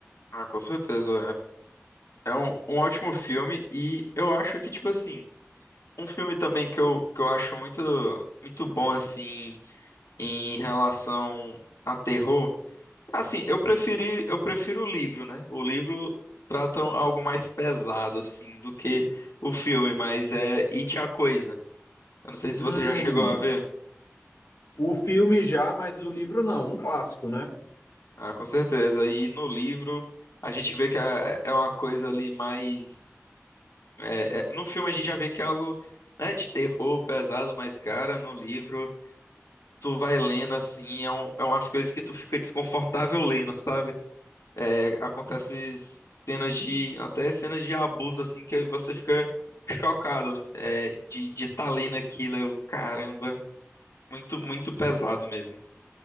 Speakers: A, on the left; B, on the left.
A: Ah, com certeza. É, é um, um ótimo filme e eu acho que, tipo assim, um filme também que eu, que eu acho muito, muito bom, assim, em relação a terror. Assim, eu preferi, eu prefiro o livro, né? O livro trata um, algo mais pesado, assim, do que o filme, mas é It a Coisa. Eu não sei se
B: Hum,
A: você já chegou a ver.
B: o filme já, mas o livro não, um clássico, né?
A: Ah, com certeza. E no livro a gente vê que é é uma coisa ali mais. é- é- no filme a gente já vê que é algo, né, de terror pesado, mas, cara, no livro tu vai lendo assim, é, um, é umas coisas que tu fica desconfortável lendo, sabe? É, acontece cenas de, até cenas de abuso, assim, que você fica chocado, é, de, de tá lendo aquilo, eu, caramba, muito, muito pesado mesmo.